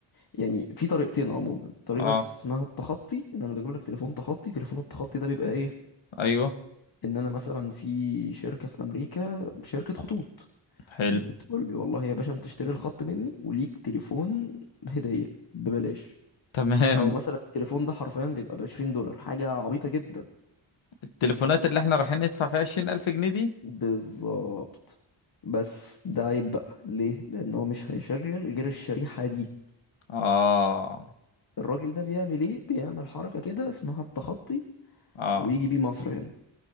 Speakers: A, on the left; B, on the left.
A: يعني في طريقتين عموما طريقه
B: اه
A: اسمها التخطي ان انا بجيب لك تليفون تخطي تليفون التخطي ده بيبقى ايه
B: ايوه
A: ان انا مثلا في شركه في امريكا شركه خطوط
B: حلو
A: بتقول لي والله يا باشا انت اشتري الخط مني وليك تليفون هديه ببلاش
B: تمام
A: او مثلا التليفون ده حرفيا بيبقى ب 20 دولار حاجه عبيطه جدا
B: التليفونات اللي احنا رايحين ندفع فيها 20000 جنيه دي
A: بالظبط بس ده عيب بقى ليه لان هو مش هيشغل غير الشريحه دي
B: اه
A: الراجل ده بيعمل ايه بيعمل حركة كده اسمها التخطي
B: اه
A: ويجي بيه مصر هنا